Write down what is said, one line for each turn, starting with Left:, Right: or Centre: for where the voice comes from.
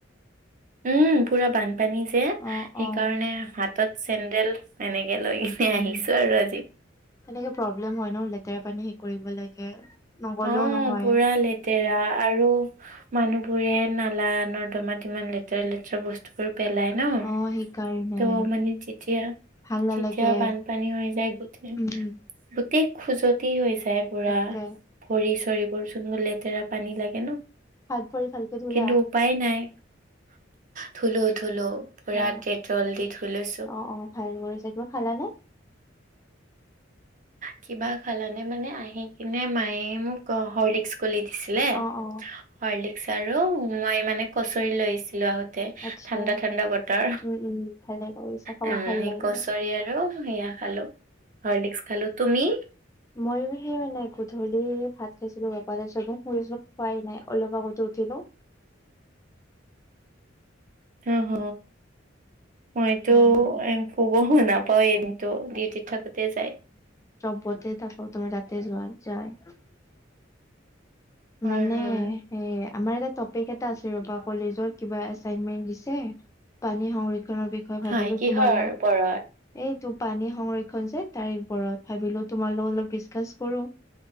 Right: উম, পুৰা বানপানী যে
Left: অ
Right: সেইকাৰণে
Left: অ
Right: হাতত চেন্দেল এনেকে লৈ সে
Left: উম
Right: আহিছো আৰু আজি।
Left: তেনেকে প্ৰব্লেম হয় ন লেতেৰা পানী হে কৰিব লাগে। নগলেও
Right: অ,
Left: নহয়
Right: পুৰা লেতেৰা আৰু। মানুহ বোৰে নালা নৰ্দমাত ইমান লেতেৰা লেতেৰা বস্তুবোৰ পেলাই। ন,
Left: অ সেইকাৰণে
Right: ত মানে যেতিয়া
Left: ভাল নালাগে
Right: তেতিয়া বানপানী হৈ যায় গোটেই।
Left: উম
Right: গোটেই খোজতি হৈ যায় পুৰা।
Left: তাকে
Right: ভৰি চৰিবোৰচোন লেতেৰা পানী লাগে ন।
Left: হাত ভৰি ভালকে ধুলা?
Right: কিন্তু উপায় নাই ধুলো - ধুলো
Left: আচ্ছা
Right: পুৰা ডেটল দি ধুই লৈছো।
Left: অ অ ভাল কৰিছে। কিবা খালা নে?
Right: কিবা খালানে মানে আহি কিনে মায়ে মোক হৰ্লিক্স গুলি দিছিলে।
Left: অ অ
Right: হৰ্লিক্স আৰু মই মানে কচৰি লৈ আহিছিলো আহোতে।
Left: আচ্ছা
Right: ঠাণ্ডা - ঠাণ্ডা বতৰ,
Left: উম, উম, ভালে কৰিছা খাব
Right: উম,
Left: ভাল লাগে।
Right: একচৰীয়া। আৰু সেয়া খালো হৰ্লিক্স খালো। তুমি?
Left: ময়ো সেই মানে গধূলি ভাত খাইছিলো বোৰ চব শুই খোৱাই নাই অলপ আগতে উঠিলো।
Right: অহ, হ মইতো
Left: অ',
Right: খুব শুনা পাও এদিনতো ডিউটিত থাকোতে যায়।
Left: চবতে থাকো তোমাৰ তাতে যোৱা যায়।
Right: হয়
Left: মানে
Right: হয়
Left: সেই আমাৰ এটা টপিক এটা আছে ৰবা কলেজত কিবা এচাইনমেন্ট দিছে, পানী সংৰক্ষনৰ বিষয়ে ভাবিলো
Right: হয় কিহৰ
Left: তোমাৰ লগ
Right: ওপৰত
Left: এইটো পানী সংৰক্ষণ যে তাৰে ওপৰত ভাবিলো তোমাৰ লগ অলপ দিচকাচ কৰো।